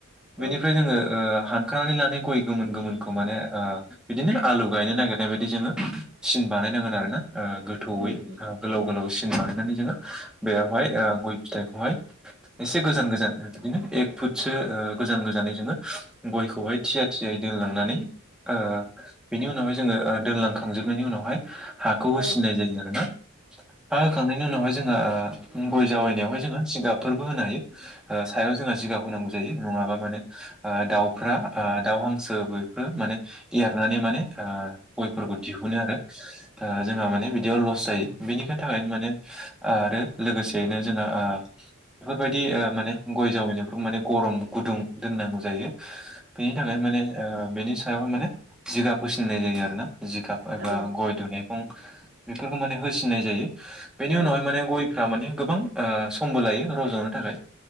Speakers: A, in the centre; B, on the right.
A: बेनिफ्राय
B: औ
A: जोङो ओ हानखानानै लानाय गय गोमोन गोमोनखौ माने ओ बिदिनो आलु गायनो नागिरनाय बायदि जोङो सिन बानायनांगोन आरो ना ओ गोथौयै
B: उम उम
A: ओ गोलाव गोलावै बानायनानै जोङो बेयावहाय गय ओ फिथाइखौहाय एसे गोजान गोजान बिदिनो एक फुटसो ओ गोजान गोजानै जोङो गयखौहाय थिया थियायै दोनलांनानै ओ बेनि उनावहाय जोङो ओ दोनलांखांजोबनायनि उनावहाय हाखौ होसिननाय
B: औ
A: जायो आरो ना हा होखांनायनि उनावहाय जोङो ओ गय जावैनायावहाय जोङो जिगाबफोरबो होनो हायो ओ सायाव जोङो जिगाब होनांगौ जायो नङाबा माने ओ दाउफ्रा ओ दाउ हांसो बेफोर माने एरनानै माने ओ गयफोरखौ दिहुनो आरो। ओ जोंहा माने बिदियाव लस जायो बिनिख थाखायनो माने ओ आरो लोगोसेयैनो जोङा ओ बेफोरबायदि ओ माने गय जावैनायफोरखौ माने गरम गुदुं दोननांगौ जायो। बेनि थाखायनो माने ओ बेनि सायाव माने जिगाब होसिननाय जायो आरोना। जिगाब एबा
B: औ
A: गय दनाखौ बेफोरखौ माने होसिननाय जायो बेनि उनावहाय
B: औ
A: माने गय फोरा माने गोबां ओ समबो लायो रज'नो थाखाय